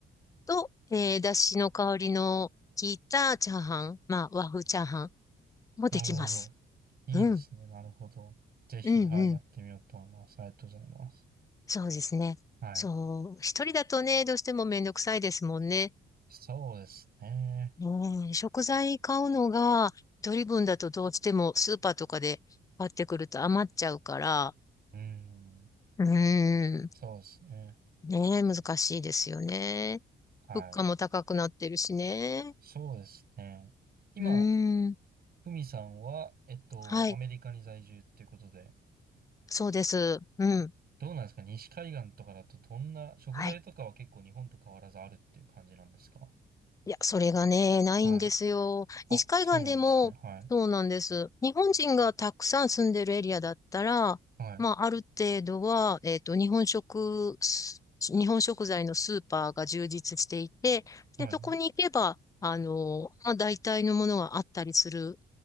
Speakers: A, on the left; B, on the right.
A: と、えー、だしの香りの効いたチャーハン、まあ、和風チャーハンもできます。
B: なるほど。いいですね。
A: うん、
B: なるほど。ぜひ、
A: うん、
B: はい、
A: うん。
B: やってみようと思います。ありがとうございます。
A: そうですね。
B: はい。
A: そう、一人だとね、どうしてもめんどくさいですもんね。
B: そうですね。
A: うん、食材買うのが、一人分だとどうしてもスーパーとかで買ってくると余っちゃうから、
B: うん。
A: うん、
B: そうですね。
A: ねえ、難しいですよね。
B: はい。
A: 物価も高くなってるしね。
B: そうですね。今、
A: うん、
B: ふみさんは、えっと、
A: はい、
B: アメリカに在住っていうことで、
A: そうです。うん、
B: どうなんですか西海岸とかだとどんな、食材とかは結構日本と変わらずあるっていう感じなんですか
A: はい。いや、それがね、ないんですよ。
B: はい。あ、
A: 西海岸でも、
B: そうなんですね。はい。
A: そうなんです。日本人がたくさん住んでるエリアだったら、
B: はい。
A: まあ、ある程度は、えっと、日本食、す日本食材のスーパーが充実していて、
B: はい。
A: で、そこに行けば、あの、まあ、大体のものがあったりする